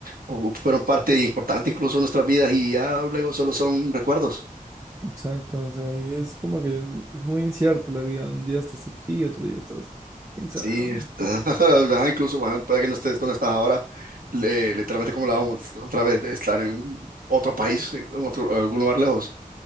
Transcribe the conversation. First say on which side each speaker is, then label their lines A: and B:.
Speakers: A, on the right; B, on the right.
A: o fueron parte importante incluso de nuestras vidas y ya luego solo son recuerdos.
B: Exacto, o sea, y es como que es muy incierto la vida. Un día estás aquí y otro día estás quién sabe
A: Sí,
B: dónde.
A: está, <laughs> ajá, incluso ajá, puede que no estés donde estás ahora, le- literalmente como hablábamos otra vez de estar en otro país, en otro, algún lugar lejos.